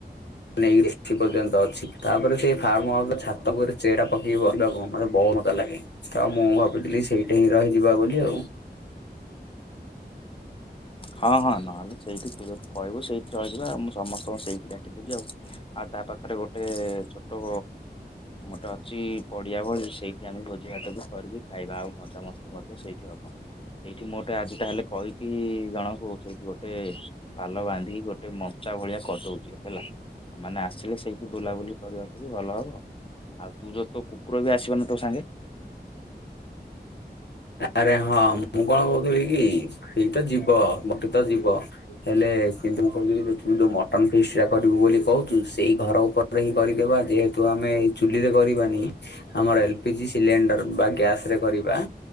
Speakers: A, on the left; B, on the left.
A: ନେଇକି <inaudible> ପର୍ଯ୍ୟନ୍ତ ଅଛି। ତାପରେ ସେଇ ଫାର୍ମ ହାଉସ ର ଛାତ ଉପରେ ଚେୟାର ପକେଇ ବସିବାକୁ ମତେ ବହୁତ ମଜା ଲାଗେ। ତ ମୁଁ ଭାବିଥିଲି ସେଇଠି ହିଁ ରହିଯିବା ବୋଲି ଆଉ।
B: ହଁ ହଁ ନହେଲେ ସେଇଠି ତୁ ଯଦି କହିବୁ ସେଇଠି ରହିଯିବା ଆଉ ମୁଁ ସମସ୍ତଙ୍କୁ ସେଇଠି ଡାକିଦେବି ଆଉ। ଆଉ ତା ପାଖରେ ଗୋଟେ ଛୋଟୋ ଗୋଟେ ଅଛି ପଡିଆ ଭଳି ସେଇଠି ଆମେ ଭୋଜି ଭାତ ବି କରିକି ଖାଇବା ଆଉ ମଜା ମସ୍ ସ୍ତି ମଧ୍ୟ ସେଇଠି ହବ। ସେଇଠି ମୁଁ ଗୋଟେ ଆଜି ତାହେଲେ କହିକି ଜଣଙ୍କୁ ସେଇଠି ଗୋଟେ ପାଲ ବାନ୍ଧିକି ଗୋଟେ ମଞ୍ଚା ଭଳିଆ କରଦଉଚି। ହେଲା ତମେ ମାନେ ଆସିଲେ ସେ ଏଇଠି ବୁଲା ବୁଲି କରିବାକୁ ବି ଭଲ ହବ। ଆଉ ତୁ ଯୋଉ ତୋ କୁକୁର ବି ଆସିବନା ତୋ ସାଙ୍ଗେ?
A: ଆରେ ହଁ ମୁଁ କଣ କହୁଥିଲି କି ଏଇତ ଯିବ ମୋତେ ତ ଯିବ ହେଲେ କିନ୍ତୁ ମୁଁ କହୁଥିଲି ଯେ ତୁ ଯୋଉ ମଟନ ଫିଷ୍ଟଟା କରିବୁ ବୋଲି କହୁଚୁ ସେଇ ଘର ଉପରେ ହିଁ କରିଦେବା ଯେହେତୁ ଆମେ ଏଇ ଚୁଲିରେ କରିବାନି ଆମର L P G cylinder ବା ଗ୍ୟାସ ରେ କରିବା।